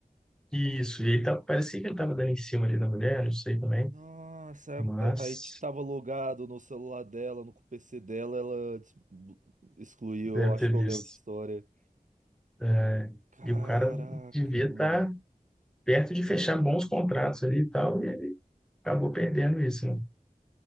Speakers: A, in the centre; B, on the right.
A: isso, e ele tava, parecia que ele estava dando em cima ali da mulher, não sei também,
B: Nossa,
A: mas
B: a- aí t- tava logado no celular dela, no PC dela, ela des- excluiu.
A: deve
B: Eu acho
A: ter
B: que eu
A: visto.
B: lembro dessa história.
A: É,
B: Caraca,
A: E o cara devia
B: mano.
A: estar perto de fechar bons contratos ali e tal, e ele acabou perdendo isso, né?